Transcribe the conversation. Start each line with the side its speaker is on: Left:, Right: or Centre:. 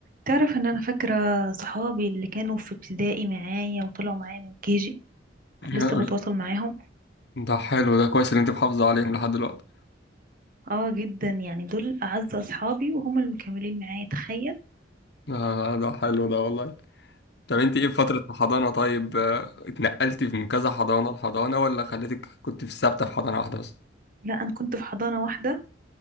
Right: تعرف ان انا فاكرة صحابي اللي كانوا في ابتدائي معايا وطلعوا معايا من كيجي
Left: <laughs>
Right: ولسه
Left: يا-
Right: بتواصل معاهم
Left: ده حلو ده كويس ان انت محافظة عليهم لحد دلوقتي
Right: اه جدا يعني دول اعز اصحابي وهم اللي مكملين معايا تخيل
Left: ده, ده حلو ده والله طب انت ايه في فترة الحضانة طيب آه، اتنقلتي من كذا حضانة لحضانة ولا خليتك كنت في ثابتة في حضانة واحدة بس؟
Right: لا انا كنت في حضانة واحدة